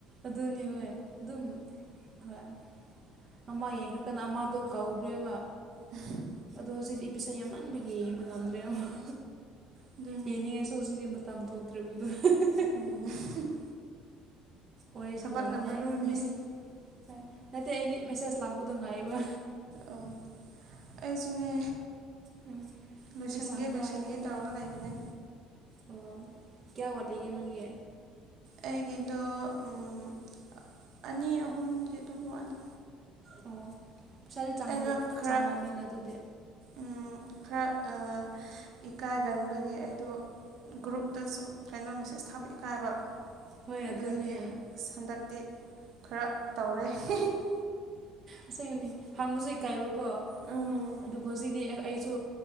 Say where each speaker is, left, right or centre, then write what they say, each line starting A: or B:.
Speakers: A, on the right (about 30°); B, on the right (about 60°).
A: ꯑꯗꯨꯅꯤ ꯚꯥꯏ ꯑꯗꯨꯝ ꯍꯣꯏ ꯑꯃ ꯌꯦꯡꯈ꯭ꯔꯀꯥꯟꯗ ꯑꯃꯗꯣ ꯀꯧꯈ꯭ꯔꯦꯕ
B: ꯎꯝ <unintelligible>
A: ꯑꯗꯣ ꯍꯧꯖꯤꯛꯇꯤ ꯏꯄꯤꯁꯥꯠ ꯌꯥꯝꯃꯟꯕꯒꯤ ꯌꯦꯡꯕ ꯉꯝꯗ꯭ꯔꯦ ꯑꯃꯨꯛ
B: ꯑꯗꯨꯅꯦ
A: ꯌꯦꯡꯅꯤꯡꯉꯥꯏ <unintelligible> ꯁꯣ <unintelligible> ꯁꯤꯗꯤ ꯃꯇꯝ ꯊꯣꯛꯇ꯭ꯔꯦꯔꯤꯕꯗ ꯑꯍꯝ <unintelligible>
B: ꯎꯝ <unintelligible>
A: ꯋꯥꯔꯤ
B: ꯊꯕꯛꯅ
A: ꯁꯥꯟꯅꯅꯤꯡꯉꯥꯏ
B: ꯃꯔꯨꯅꯤ
A: ꯃꯦꯁꯦꯖ <inaudible> ꯅꯠꯇꯦ ꯑꯩꯗꯤ ꯃꯦꯁꯦꯖ ꯂꯥꯛꯄꯗꯣ ꯉꯥꯏꯕ
B: ꯑꯣ ꯑꯩꯁꯨꯅꯦ
A: ꯎꯝ
B: ꯂꯣꯏꯁꯤꯟꯒꯦ-ꯂꯣꯏꯁꯤꯟꯒꯦ
A: ꯃꯤ ꯁꯪꯕ꯭ꯔꯥ ꯍꯥꯏꯔꯗꯤ
B: ꯇꯧꯔꯒ ꯂꯩꯕꯅꯦ
A: ꯑꯣ ꯀꯌꯥ ꯋꯥꯂꯤꯒꯦ ꯅꯪꯒꯤ
B: ꯑꯩꯒꯤꯗ ꯎꯝ <unintelligible> ꯑꯅꯤ ꯑꯍꯨꯝꯗꯤ ꯑꯗꯨꯝ ꯋꯥꯠꯂꯤ
A: ꯑꯣ ꯄꯩꯁꯥꯗꯤ ꯆꯥꯡꯈ꯭ꯔ
B: ꯑꯩꯗꯣ ꯈꯔ
A: ꯆꯥꯡꯉꯝꯅꯤꯅ ꯑꯗꯨꯗꯤ
B: ꯎꯝ ꯈꯔ ꯏꯀꯥꯏꯒꯟꯕꯒꯤ ꯑꯩꯗꯣ ꯒ꯭ꯔꯨꯞꯇꯁꯨ ꯀꯩꯅꯣ ꯃꯦꯁꯦꯖ ꯊꯥꯕ ꯏꯀꯥꯏꯕ
A: ꯍꯣꯏ
B: ꯑꯗꯨꯗꯗꯤ
A: ꯑꯗꯨꯅꯦ
B: ꯁꯟꯗꯛꯇꯤ ꯈꯔ ꯇꯧꯔꯦ ꯍꯤꯍꯤ <unintelligible>
A: ꯑꯁꯦꯡꯅꯤ ꯍꯪꯕꯁꯨ ꯏꯀꯥꯏꯕꯀꯣ
B: ꯎꯝ
A: ꯑꯗꯨ <unintelligible> ꯖꯤꯗꯤ ꯑꯩꯁꯨ